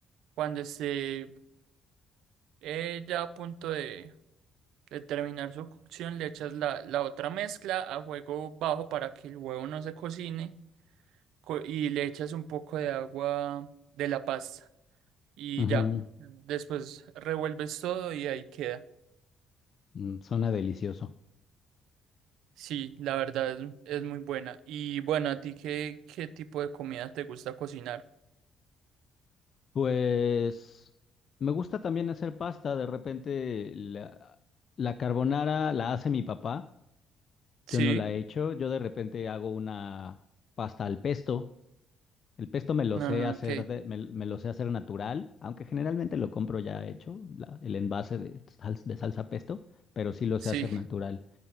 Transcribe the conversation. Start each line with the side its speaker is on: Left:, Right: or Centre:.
Right: Cuando esté eh, ya a punto de, de terminar su cocción, le echas la, la otra mezcla a fuego bajo para que el huevo no se cocine co- y le echas un poco de agua de la pasta y
Left: Ujú,
Right: ya. Después revuelves todo y ahí queda.
Left: mm, suena delicioso.
Right: Sí, la verdad es, es muy buena. Y bueno, ¿a ti qué, qué tipo de comida te gusta cocinar?
Left: Pues me gusta también hacer pasta. De repente la, la carbonara la hace mi papá.
Right: Sí.
Left: Yo no la he hecho. Yo de repente hago una pasta al pesto. El pesto me lo
Right: Ah,
Left: sé hacer
Right: ok.
Left: de- me, me lo sé hacer natural, aunque generalmente lo compro ya hecho, la- el envase de, sal- de salsa pesto, pero sí lo
Right: Sí.
Left: sé hacer natural,